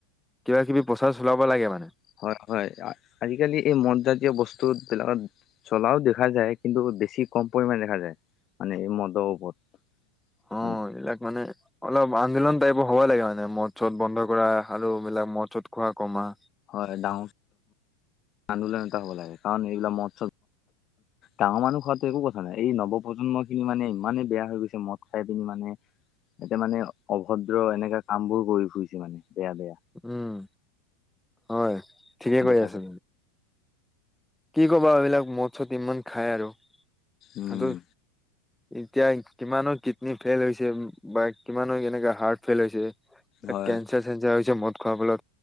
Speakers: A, in the centre; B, on the left (about 40°).
A: কিবা কিবি প্ৰচাৰ চলাব লাগে মানে
B: হয় হয় আজিকালি এই মদ জাতীয় বস্তু বিলাকত চলাও দেখা যায় কিন্তু বেছি কম পৰিমামানে দেখা যায় মানে এই মদৰ ওপৰত
A: অ
B: মানে।
A: এইবিলাক মানে অলপ আন্দোলন টাইপৰ হ'ব লাগে মানে মানে ম চত বন্ধ কৰা আলু বিলাক ম চত খোৱা কমা
B: হয় ডাঙ আন্দোলন এটা হব লাগে কাৰণ এইগিলা মৎস ডাঙৰ মানুহ খোৱাাতো একো কথা নাই এই নৱপ্ৰন্ম খিনি মানে ইমানেই বেয়া হৈ গৈছে মদ খাই পিনি মানে এয়া মানে অভদ্ৰ এনেকা কাম বোৰ কৰি ফুৰিছে মানে বেয়া বেয়া
A: উম হয় ঠিকে কৰি
B: দেখা
A: আছেি
B: যায়
A: কি ক'বা এইবলাক মদ চ ইমান খাই আৰু
B: উম
A: সহত এতিয়া কিমানো কিডনী ফেইল হৈছে বা কিমানো কেনেকে হাৰ্ট ফেইল হৈছে
B: হয়
A: কেঞ্চাৰ চেঞ্চাৰ মদ খৰা